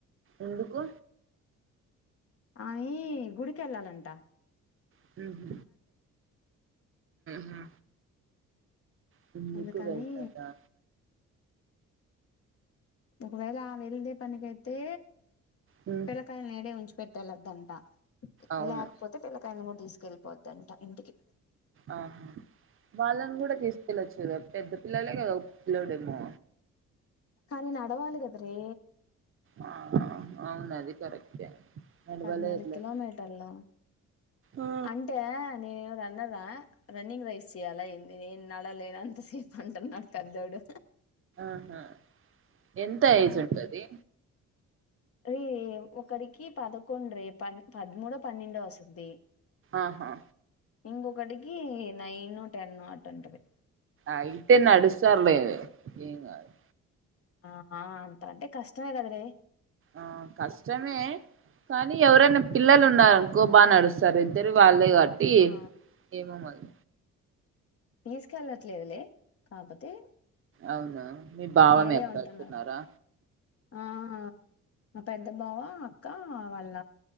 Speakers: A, on the right; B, on the left.
A: ఎందుకు
B: ఆయి గుడికేళ్ళాలంట
A: ఒకే మ్ హు గుడికి
B: అందుకని
A: వెళ్తాదా
B: ఒకవేళ వెళ్ళే పనికైతే
A: మ్
B: కాయాల్ని ఇడే ఉంచ్చి పెట్టలదంతా
A: అవును
B: లేకపో త్ పిల్లకాయల్ని కూడా తీసుకెళ్ళపోతుద్ద్దంట ఇంటికి
A: ఆహా వాళ్ళను కూడా తీస్ కెళ్ళొచ్చు కదా పెద్ద పిల్లలే కదా ఒక పిళ్ళోడేమో
B: ఆయనను ఆడగాలి కద రే
A: ఆ ఆ అవునా అది కరక్టే మడువ
B: పద్నాలుగు
A: లేదులే
B: కిలోమీటర్లు
A: ఆ
B: అంటే నేను ఎదో రన్నర్ నా రన్నింగ్ రైస్ చెయ్యాలా ఏంది నేను నడవలేను అంత అంటారు మా పెద్దోడు
A: ఆహా ఎంత
B: ఆ
A: ఏజ్ ఉంటది
B: రే ఒకరికి పదకొండు రే పద్ పదమూడో పన్నెండో వస్తది
A: ఆహా
B: ఇంకొకటికి నైన్ టెన్ అటు ఉంటది
A: ఆయితే నడుస్తారులే ఏం గాదు
B: ఆ అంత అంటే కష్టమే కద వే
A: ఆ కష్టమే కానీ ఎవరైనా పిల్లలు ఉన్నారనుకో బాగా నడుస్తారు ఇద్దరు వాళ్ళే వాల్ టి
B: ఆ
A: ఏమో మరి
B: తీసుకెళ్ళట్లేదులే కాపోతే
A: అవునా మీ బావ
B: వేరే
A: మీ అక్క
B: ఉంటున్నారు
A: వెళ్తున్నారా
B: ఆ మా పెద్ద బావ అక్క వాళ్ళ